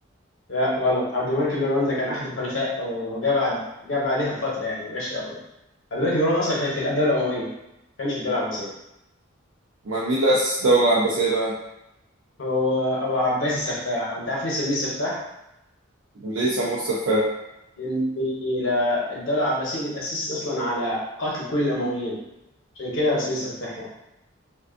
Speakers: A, on the left; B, on the right.
A: لا غلط عبد الملك بن مروان ده كان أحد الخلفاء وجاء بعد جاء بعدها بفترة يعني ما جاش قبله عبد الملك بن مروان أصلا كان في الدولة الأموية ما كانش في الدولة العباسية
B: امال مين اللي أسس الدولة العباسية بقى
A: هو أبو عباس السفاح وأنت عارف ليه سميه السفاح؟
B: ليه سموه السفاح
A: لأن لا- الدولة العباسية دي اتأسست أصلا على قتل كل الأمويين عشان كده سميه السفاح يعني